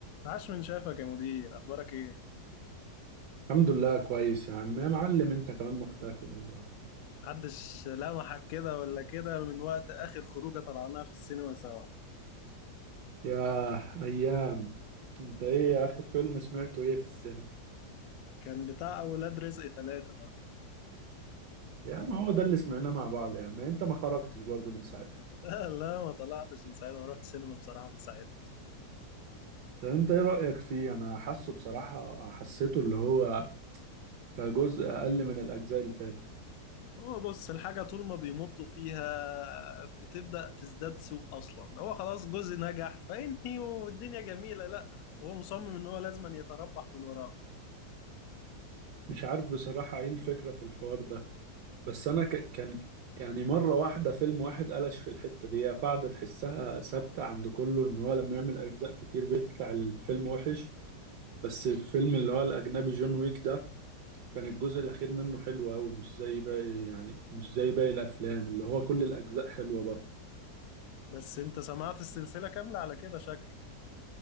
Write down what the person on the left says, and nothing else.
عاش من شافك يا مدير اخبارك ايه
محدش لمحك كده ولا كده من وقت اخر خروجه طلعناها في السينما سوا
كان بتاع اولاد رزق ثلاثة ده <laughs>
لا لا ما طلعتش من ساعتها ما رحت السينما بصراحه من ساعتها
هو بص الحاجه طول ما بيمطوا فيها بتبدا تزداد سوء اصلا هو خلاص جزء نجح فينهي والدنيا جميله لا هو مصمم ان هو لازم يتربح من وراه
بس انت سمعت السلسله كامله على كده شكل